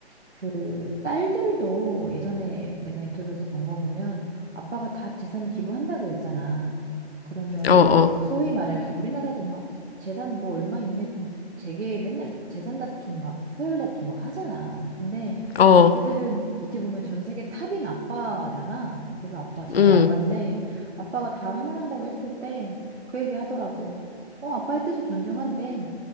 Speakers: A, on the right (about 80°); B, on the left (about 65°).
A: 그 딸들도 예전에 내가 인터뷰에서 본 거 보면 아빠가 다 재산을 기부한다 그랬잖아. 그러면
B: 어, 어,
A: 이제 소위 말하면 우리나라도 막 재산 뭐 얼마 있네 그럼 제게 맨날 재산 다툼 막 서열 다툼 막 하잖아. 근데
B: 어,
A: 그들은 어떻게 보면 전 세계 탑인 아빠잖아. 그거 아빠 자기
B: 음,
A: 아빠인데 아빠가 다 환원한다고 했을 때 그 얘기 하더라고. 어 아빠의 뜻을 존중한대.